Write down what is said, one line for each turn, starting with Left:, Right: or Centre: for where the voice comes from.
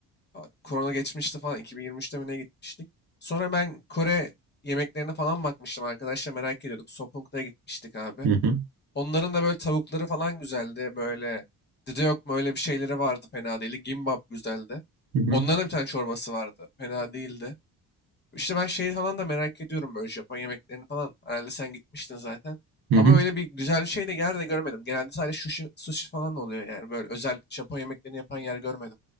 Left: a- korona geçmişti falan 2023'te mi ne gitmiştik. Sonra ben Kore yemeklerine falan bakmıştım arkadaşlar merak ediyorduk. Sopung'da gitmiştik abi.
Right: hı hı,
Left: Onların da böyle tavukları falan güzeldi. Böyle dide yok mu öyle bir şeyleri vardı fena değildi. Gimbap güzeldi.
Right: hı hı,
Left: Onların da bir tane çorbası vardı. Fena değildi. İşte ben şeyi falan da merak ediyorum böyle Japon yemeklerini falan. Herhalde sen gitmiştin zaten.
Right: hı
Left: Ama
Right: hı.
Left: öyle bir güzel şey de yer de görmedim. Genelde sadece sushi, sushi falan oluyor yani. Böyle özel Japon yemeklerini yapan yer görmedim.